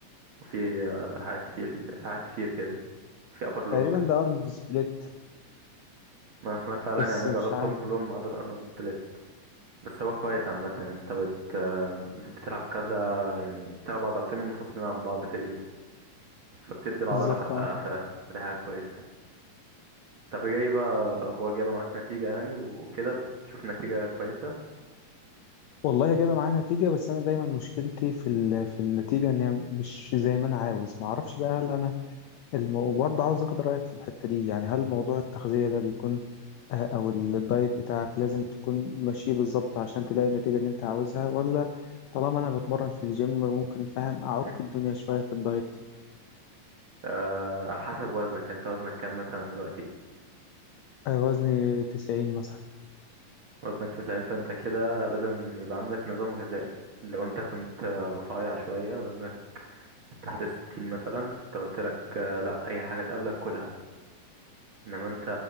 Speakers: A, on the right; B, on the left.
A: وفي آه، حاجات كتير في في حاجات كتير كده في ابر لور
B: تقريبا ده ارنولد سبليت
A: ما اسمع فعلا
B: بس
A: يعني انا
B: مش
A: جربتهم
B: عارف
A: كلهم ما عدا الارنولد سبليت بس هو كويس عامة انت بت آه، بتلعب كذا يعني بتلعب عضلتين منفصلين عن بعض في اليوم فبتدي العضلة
B: بالظبط
A: حقها
B: اه
A: فعلا فدي حاجة كويسة طب جاي بقى الأخبار جايبة معاك نتيجة يعني وكده بتشوف نتيجة كويسة
B: والله جايبه معايا نتيجه بس انا دايما مشكلتي في ال... في النتيجه ان هي مش زي ما انا عاوز ما اعرفش بقى هل انا المو... برضه عاوز اخد رايك في الحته دي يعني هل موضوع التغذيه ده بيكون آه، او الدايت بتاعك لازم تكون ماشي بالظبط عشان تلاقي النتيجه اللي انت عاوزها ولا طالما انا بتمرن في الجيم ممكن فاهم اعك
A: مم.
B: الدنيا شويه في الدايت
A: آه على حسب وزنك انت وزنك كام مثلا دلوقتي
B: آه، وزني 90 مثلا
A: وزنك تسعين فانت كده لازم يبقى عندك نظام غذائي لو انت كنت رفيع شوية وزنك تحت الستين مثلا كنت قلت لك آه، لا أي حاجة تقابلك كلها انما انت